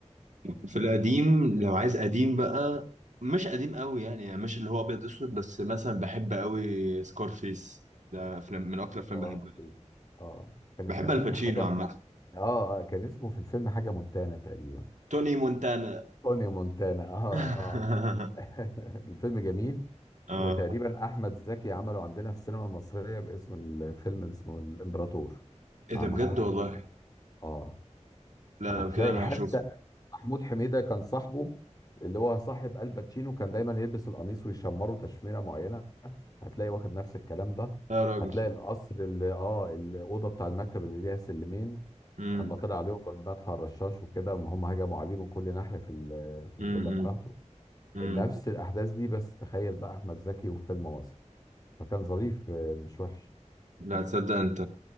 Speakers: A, on the right; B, on the left.
A: في القديم لو عايز قديم بقى مش قديم قوي يعني, يعني مش اللي هو ابيض اسود بس مثلا بحب قوي سكارفيس ده فيلم من اكتر الافلام
B: اه
A: بحبها
B: اه كان
A: بحب
B: اسمه
A: الباتشينو
B: ايه حاجه
A: عامه
B: اه آه، كان اسمه في الفيلم حاجه مونتانا تقريبا
A: توني مونتانا
B: توني مونتانا اه
A: <laughs>
B: اه <laughs> الفيلم جميل
A: اه
B: وتقريبا احمد زكي عمله عندنا في السينما المصريه باسم الفيلم اللي اسمه الامبراطور
A: ايه
B: مع
A: ده
B: محمود
A: بجد والله
B: حميده اه
A: لا
B: هتلاقي
A: لو كده انا
B: حتى
A: هشوفه
B: محمود حميده كان صاحبه اللي هو صاحب الباتشينو كان دايما يلبس القميص ويشمره تشميره معينه هتلاقي واخد نفس الكلام ده
A: لا يا راجل
B: هتلاقي القصر اللي اه الاوضه بتاع المكتب اللي ليها سلمين
A: امم
B: اما طلع عليهم مدفع الرشاش وكده اما هم هجموا عليه من كل ناحيه في ال- في
A: امم
B: الفيلا بتاعته
A: امم
B: نفس الاحداث دي بس تخيل بقى احمد زكي وفيلم مصري فكان ظريف آه، مش وحش
A: لا تصدق انت